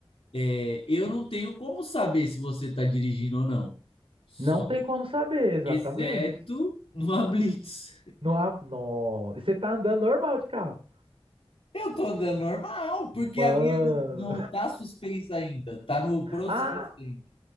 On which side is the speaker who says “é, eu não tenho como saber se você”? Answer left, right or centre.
Left